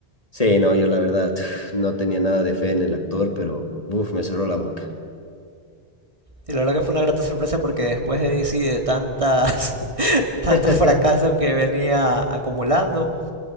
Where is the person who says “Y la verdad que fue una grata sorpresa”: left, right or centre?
Right